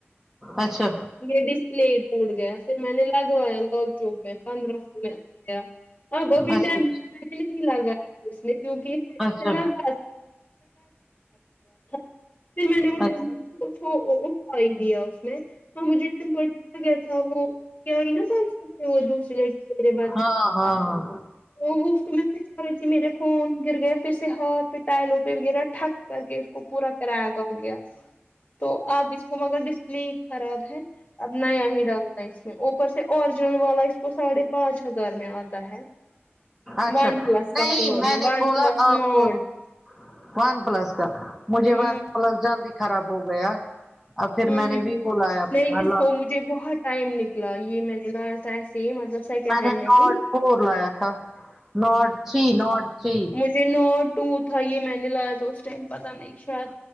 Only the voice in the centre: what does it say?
اچھا
اچھا
اچھا
اچھا
ہاں ہاں ہاں
اچھا
نہیں
میں
نے
بولا
آپ
کو ون پلس کا مجھے
ون پلس جلدی خراب ہو گیا اب پھر
میں
نے بھی بولایا
لا
میں
نے ناٹ
فور لایا تھا ناٹ تھری ناٹ تھری